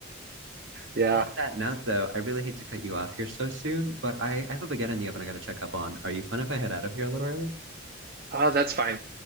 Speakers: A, on the right (about 45°); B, on the right (about 65°).
A: Yeah.
B: On that note though, I really hate to cut you off here so soon, but I, I have a baguette in the oven I gotta check up on. Are you fun if I head out of here a little early?
A: Oh, that's fine.